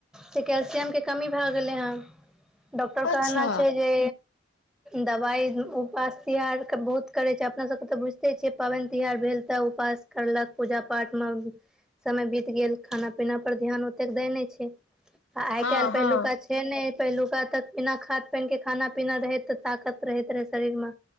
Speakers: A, in the centre; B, on the left.
A: से कैल्सियम के कमी भए गेलै ह डॉक्टर
B: अच्छा
A: कहने छै जे दवाइ उपास तिहार बहुत करै छै अपना सबके तऽ बुझिते छियै पाबनि तिहार भेल तऽ उपास करलक पूजा पाठ मे समय बीत गेल खाना पीना पर ध्यान ओतेक दै नहि छै आ आय
B: हँ
A: काल्हि
B: हँ
A: पहिलुका छै नहि पहिलुका तक बिना खाद पानि के खाना पीना रहै तऽ ताकत रहैत रहे शरीर मे